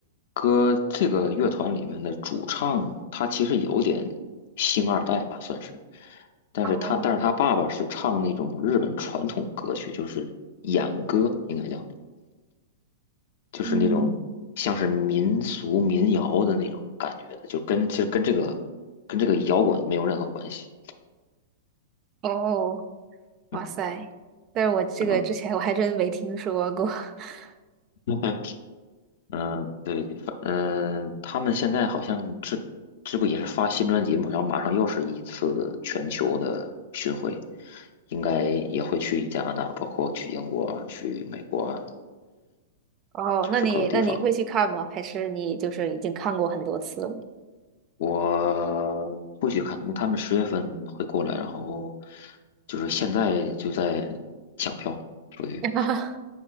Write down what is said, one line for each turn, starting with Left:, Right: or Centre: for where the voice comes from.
Left: 歌，这个乐团里面的主唱，他其实有点星二代吧，算是。但是他，
Right: 啊，
Left: 但是他爸爸是唱那种日本传统歌曲，就是演歌，应该叫，就是那种像是民俗民谣的那种感觉的，
Right: 嗯，
Left: 就跟其实跟这个跟这个摇滚没有任何关系。
Right: 哦，哇塞！
Left: 嗯
Right: 但是我这个之前我还真没听说过。
Left: 嗯，
Right: <laughs>
Left: <laughs> 嗯，对，反嗯，他们现在好像这这不也是发新专辑嘛，然后马上又是一次全球的巡回，应该也会去加拿大，包括去英国啊、去美国啊，
Right: 哦，
Left: 就是各个地方。
Right: 那你那你会去看吗？还是你就是已经看过很多次了？
Left: 我不去看，因为他们十月份会过来，然后就是现在就在抢票，属于。
Right: <laughs>